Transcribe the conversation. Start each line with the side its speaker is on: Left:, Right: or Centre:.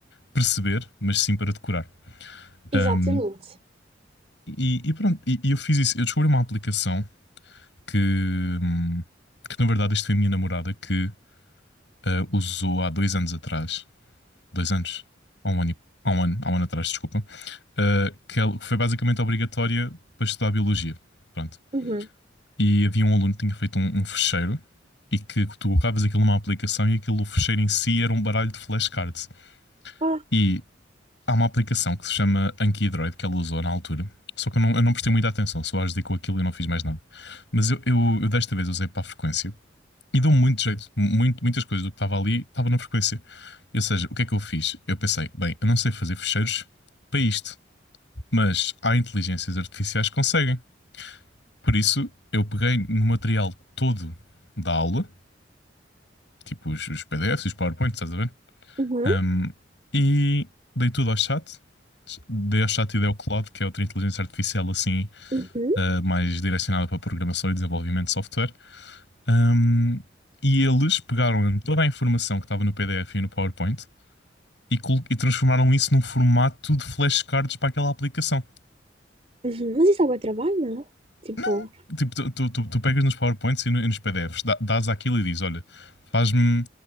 Left: perceber, mas sim para decorar.
Right: Exatamente.
Left: Ahm, e, e pronto, e, e eu fiz isso. Eu descobri uma aplicação que, hum, que na verdade isto foi a minha namorada que ah, usou há dois anos atrás, dois anos, há um ano, e- há um ano, há um ano atrás, desculpa, ah, que ela- foi basicamente obrigatória para estudar biologia. Pronto.
Right: Uhum.
Left: E havia um aluno que tinha feito um, um fecheiro e que tu colocavas aquilo numa aplicação e aquilo, o fecheiro em si era um baralho de flashcards.
Right: Ah,
Left: E há uma aplicação que se chama Anki Droid que ela usou na altura. Só que eu não, eu não prestei muita atenção, só ajudei com aquilo e não fiz mais nada. Mas eu, eu, eu desta vez usei para a frequência E deu muito jeito, muito, muitas coisas do que estava ali estava na frequência. Ou seja, o que é que eu fiz? Eu pensei, bem, eu não sei fazer fecheiros para isto, mas há inteligências artificiais que conseguem. Por isso, eu peguei no material todo da aula, tipo os, os PDFs, os PowerPoints, estás a ver?
Right: uhum,
Left: Um, e dei tudo ao chat. Dei ao chat e dei ao Claude, que é outra inteligência artificial assim,
Right: uhum,
Left: uh, mais direcionada para programação e desenvolvimento de software. Ahm, e eles pegaram em toda a informação que estava no PDF e no PowerPoint e, col- e transformaram isso num formato de flashcards para aquela aplicação.
Right: uhum. Mas isso é bom trabalho, não? Tipo,
Left: Não, tipo, tu, tu- tu- tu pegas nos PowerPoints e, no- e nos PDFs, dá- dás aquilo e dizes: Olha, faz-me